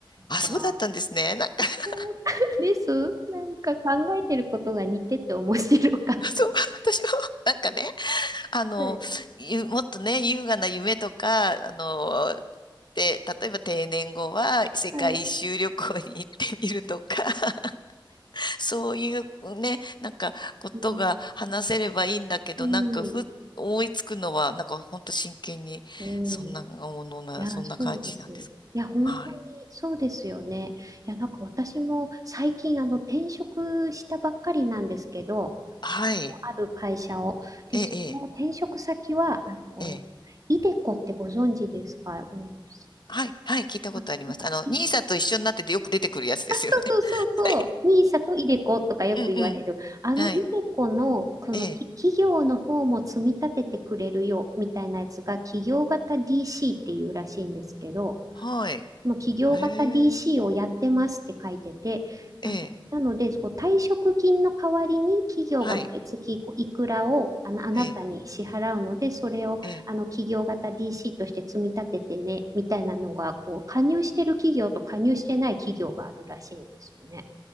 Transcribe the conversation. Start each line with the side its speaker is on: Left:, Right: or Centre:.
Left: あ、
Right: か
Left: そうだったんですね。なんか、<laughs>
Right: <laughs>、です。なんか考えてることが似てて面白かった。
Left: そう、私も、なんかね、あの、
Right: はい。
Left: ゆもっとね、優雅な夢とか、あの、で、例えば定年後は世界一周旅行に行ってみるとか、
Right: はい。
Left: <laughs> そういうね、なんかことが話せればいいんだけど、
Right: うん。うん。
Left: なんかふっ思いつくのは、なんかほんと真剣に、
Right: うん。
Left: そんなものな、
Right: いや、
Left: そんな感じなんです。
Right: そうです。いや、本当にそうですよね。
Left: はい。
Right: いや、なんか私も最近、あの、転職したばっかりなんですけど、
Left: はい。
Right: かある会社を。で、
Left: ええ、
Right: その転職先は、
Left: ええ。
Right: あの、
Left: ええ。
Right: イデコってご存知ですか大貫さん
Left: はい、はい、聞いたことあります。
Right: あ、なんか、
Left: あの、
Right: い
Left: ニーサと一緒になっててよく出てくるやつですよね。
Right: <laughs> そうそうそうそう、
Left: <laughs> はい
Right: ニーサとイデコとかよく言われる。
Left: うんうん。
Right: あの、
Left: はい。
Right: イデコの、このき企業の方も積み立ててくれるよ、
Left: ええ。
Right: みたいなやつが、企業型 DC っていうらしいんですけど、
Left: はい。
Right: その企業型
Left: へ
Right: DC
Left: え。
Right: をやってますって書いてて、
Left: ええ。
Right: まあ、なので、こう退職金の代わりに企業が毎月こういくらをあのあなたに支払うので、
Left: はい。ええ。
Right: それをあの企業型
Left: ええ。
Right: DC として積み立ててね、みたいなのがこう加入してる企業と加入してない企業があるらしいんですよね。